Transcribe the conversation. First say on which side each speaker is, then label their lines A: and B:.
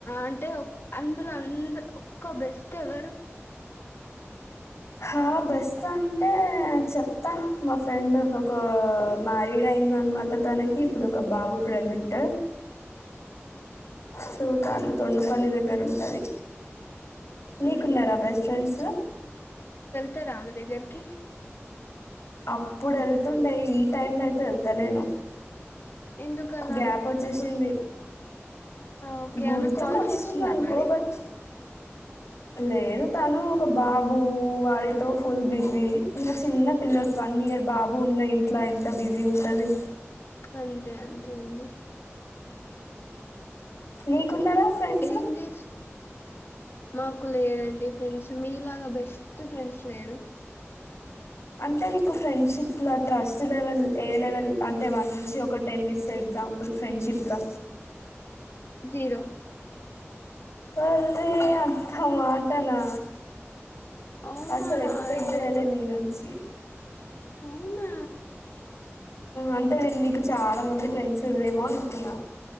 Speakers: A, on the left; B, on the left.
A: అంటే అందులో అంద ఒక్కో బెస్ట్ ఎవరు
B: హా బెస్ట్ అంటే చెప్తా మా ఫ్రెండ్ ఒక మ్యారీడ్ అయింది అనమాట తనకి ఇప్పుడు ఒక బాబు ప్రెజెంట్ సో
A: ఓకే
B: తాను తొండుపల్లి దగ్గర ఉంటది నీకున్నారా
A: మ్మ్.
B: బెస్ట్ ఫ్రెండ్స్
A: ఇద్ద రామదగకి
B: అప్పుడు వెళ్తుండే ఈ టైమ్ తో అయితే వెళ్తాలేను
A: ఎందుకు అలా
B: గ్యాప్ వచ్చేసింది
A: గుర్తు ఆ, ఓకే
B: గుర్తుకు
A: ఆమె కాల్
B: వస్తుంది
A: చేస్తుందా
B: అనుకో
A: మరి
B: బట్ లేదు తను ఒక బాబు వాడితో ఫుల్ బిజీ ఇంకా చిన్న పిల్లలు ప వన్ ఇయర్ బాబు ఉన్న ఇంట్లో ఎంత బిజీ ఉంటుంది
A: అంతే అంతే అండి
B: నీకున్నారా ఫ్రెండ్స్
A: ఏం చే మాకు లేదండి ఫ్రెండ్స్ మీలాగా బెస్ట్ ఫ్రెండ్స్ లేరూ
B: అంటే నీకు ఫ్రెండ్షిప్ల ట్రస్ట్ లెవెల్ ఏ లెవెల్ అంటే వన్ నుంచి ఒక టెన్నిస్ స ఎగ్జాంపల్ ఫ్రెండ్షిప్లో
A: జీరో
B: అరే అంతమాటనా
A: అవునా
B: అసలు
A: అలా
B: ఎక్స్పెక్ట్ చేయాల
A: ఎవ్వరు
B: మీ నుంచి
A: అవునా
B: అంటే నేను నీకు చాలా మంది ఫ్రెండ్స్ ఉరేమో అనుకున్నా